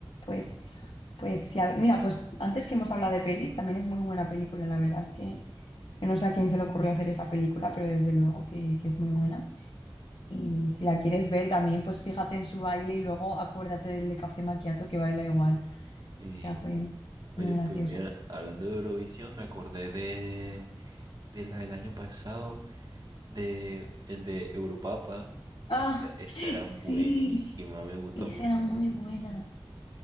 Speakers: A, on the left; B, on the right.
A: Pues, pues, si al- mira, pues antes que hemos hablado de pelis, también es muy buena película, la verdad es que yo no sé a quién se le ocurrió hacer esa película, pero desde luego que, que es muy buena. Y si la quieres ver también, pues fíjate en su baile y luego acuérdate del de Café Macchiato que baila igual. O
B: Y,
A: sea, fue
B: oye,
A: muy gracioso.
B: pues mira, hablando de Eurovisión, me acordé de, de la del año pasado, de el de Europapa.
A: ¡Ah!
B: Esa, esa
A: <laughs>
B: era
A: Sí,
B: buenísima, me gustó
A: esa
B: un montón.
A: era muy buena.